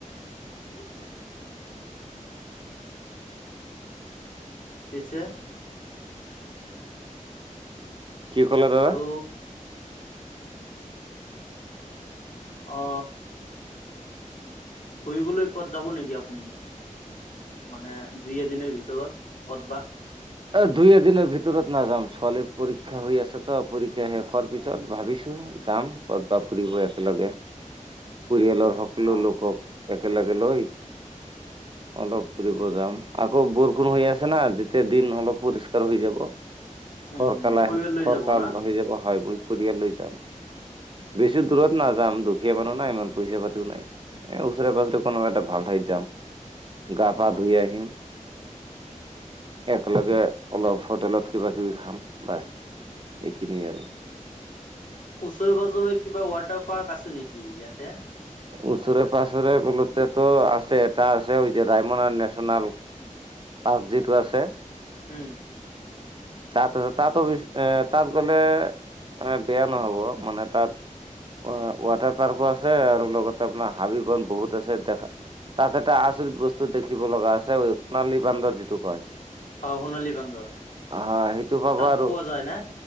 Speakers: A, on the left; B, on the right.
A: থিক আছে বাৱ পিছে
B: কি কলা দাদা
A: আৰু অ ফুৰিবলৈ কবাত যাব নেকি আপুনি মানে দুই এদিনৰ ভিতৰত ক'ত বা
B: অ দুই এদিনৰ ভিতৰত নাযাম, ছোৱালীৰ পৰীক্ষা হৈ আছে তো পৰীক্ষা শেষ হোৱাৰ পিছত ভাবিছোঁ যাম কতবা ফুৰিব একেলগে
A: <inaudible>
B: পৰিয়ালৰ সকলো
A: অ
B: লোকক একেলগে লৈ অলপ ফুৰিব যাম। আকৌ বৰষুণ হৈ আছে না যেতিয়া দিন অলপ পৰিস্কাৰ হৈ যাব
A: উম
B: ফৰকাল আহিলে
A: পৰিয়াল লৈ
B: ফৰকাল
A: যাব না
B: হৈ যাব খায় বৈ শদিয়ালৈ যাম বেছি দূৰত নাযাম দু খীয়া মানুহ না ইমান পইচা পাতিও নাই। এ ওচৰে পাজৰে কোনোবা এটা ভাল ঠাইত যাম গা
A: অ
B: পা ধুই আহিম একেলগে অলপ হোটেলত কিবা কিবি খাম বচ এইখিনিয়ে আৰু
A: ওচৰে পাজৰে কিবা ৱাটাৰ পাৰ্ক আছে নেকি ইয়াতে
B: ওচৰে পাঁজৰে বোলোতে টো আছে এটা আছে যে ৰাইমনা নেচনেল পাৰ্ক যিটো আছে
A: উম
B: তাতো তাতো বেছ এ তাত গ'লে এ বেয়া নহ'ব মানে তাত অ ৱাটাৰ পাৰ্কো আছে আৰু লগতে আপোনাৰ হাবি বন বহুত আছে দেখা তাত এটা আচৰিত বস্তু দেখিব লগা আছে সোণালী বান্দৰ যিটো কয়
A: অ সোণালী বান্দৰ
B: আহ সেইটো পাব
A: তাত
B: আৰু
A: পোৱা যায় না